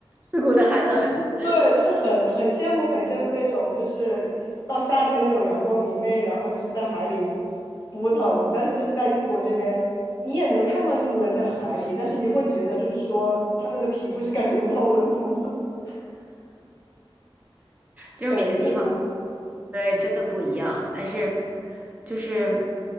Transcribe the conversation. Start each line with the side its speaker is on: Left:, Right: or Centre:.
Right: 刺骨的寒冷，<laughs>
Left: <laughs> 对，就是很很羡慕，很羡慕那种就是到夏天那种阳光明媚，然后就是在海里扑腾。但是就是在英国这边，你也能看到英国人在海里，但是你就会觉得就是说他们的皮肤是感觉不到温度吗？<laughs>
Right: 就是每个地方
Left: 很刺骨。
Right: 对真的不一样，但是就是